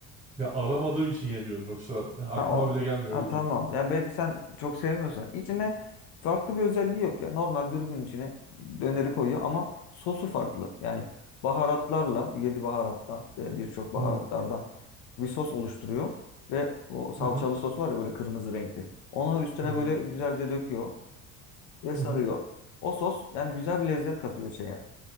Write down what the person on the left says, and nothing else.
Ha, o,
ha,
tamam.
Ya belki sen çok sevmiyorsan. içine farklı bir özelliği yok ya. Normal dürümün içine döneri koyuyor ama sosu farklı. Yani baharatlarla, yedi baharattan ve birçok baharatlardan
bir sos oluşturuyor. Ve o salçalı
sos var ya böyle kırmızı renkli. Onu üstüne
böyle güzelce döküyor ve
sarıyor.
O sos yani güzel bir lezzet katıyor şeye.